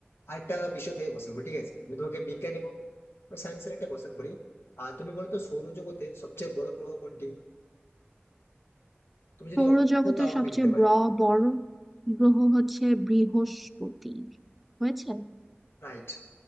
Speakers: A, on the left; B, in the centre.
A: আরেকটা বিষয় থেকে কোশ্চেন করি ঠিক আছে আমি তোমাকে বিজ্ঞান এবং সায়েন্সের একটা কোশ্চেন করি আর তুমি বলো তো সৌরজগতের সবচেয়ে বড় গ্রহ কোনটি তুমি যদি
B: সৌরজগতের
A: অপশন দাও তাও
B: সবচেয়ে
A: আমি দিতে পারি
B: ব- বড় গ্রহ হচ্ছে বৃহস্পতি হয়েছে
A: রাইট